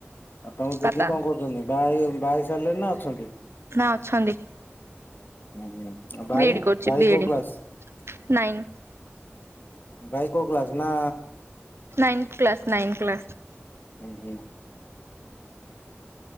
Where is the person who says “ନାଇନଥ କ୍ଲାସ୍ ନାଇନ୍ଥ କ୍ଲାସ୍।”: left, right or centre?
Right